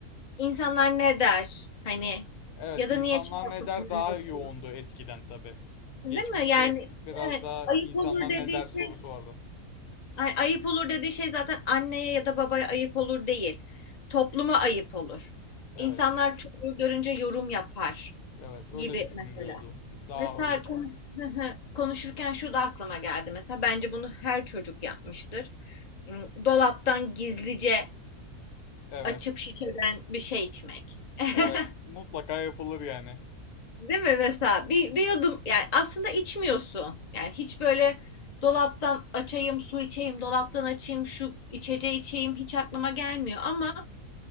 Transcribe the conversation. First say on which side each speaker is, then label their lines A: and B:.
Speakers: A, on the left (about 40°); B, on the left (about 80°).
A: İnsanlar ne der? Hani
B: Evet,
A: ya
B: insanlar
A: da niye çarpık
B: ne der
A: yürüyorsun?
B: daha yoğundu eskiden tabii.
A: Değil
B: Geçmişte
A: mi? Yani
B: biraz
A: evet,
B: daha
A: ayıp
B: insanlar
A: olur dediği
B: ne der sorusu
A: şey
B: vardı.
A: Ay- ayıp olur dediği şey zaten anneye ya da babaya ayıp olur değil. Topluma ayıp olur.
B: Evet,
A: İnsanlar çocuğu görünce yorum yapar
B: evet öyle
A: gibi
B: düşünülüyordu.
A: mesela.
B: Daha
A: Mesela
B: öyle.
A: konuş <laughs> konuşurken şu da aklıma geldi. Mesela bence bunu her çocuk yapmıştır. Hmm, Dolaptan gizlice
B: Evet,
A: açıp şişeden bir şey içmek. <laughs>
B: evet mutlaka yapılır yani.
A: Değil mi mesela bir, bir yudum yani aslında içmiyorsun. Yani hiç böyle dolaptan açayım su içeyim dolaptan açayım şu içeceği içeyim hiç aklıma gelmiyor ama